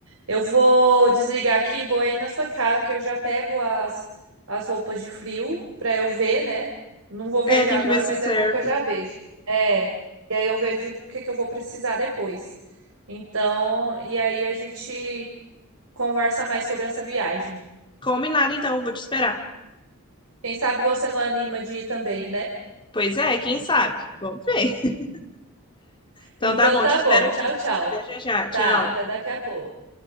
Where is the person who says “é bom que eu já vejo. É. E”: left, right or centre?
Right